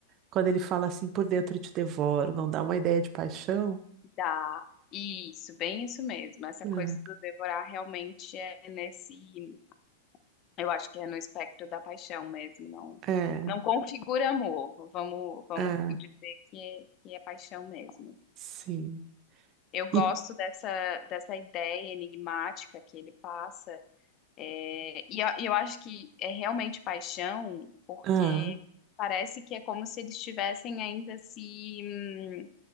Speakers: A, on the right; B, on the left.
A: Quando ele fala assim, por dentro eu te devoro, não dá uma ideia de paixão?
B: dá. Isso, bem isso mesmo. Essa
A: É,
B: coisa do devorar realmente é nesse, eu acho que é no espectro da paixão mesmo, não,
A: é,
B: não configura amor. Vamos, vamos
A: é,
B: dizer que é, que é paixão mesmo.
A: sim.
B: Eu gosto
A: E,
B: dessa, dessa ideia enigmática que ele passa É, e eu, e eu acho que é realmente paixão, porque
A: ah,
B: parece que é como se eles estivessem ainda se hum,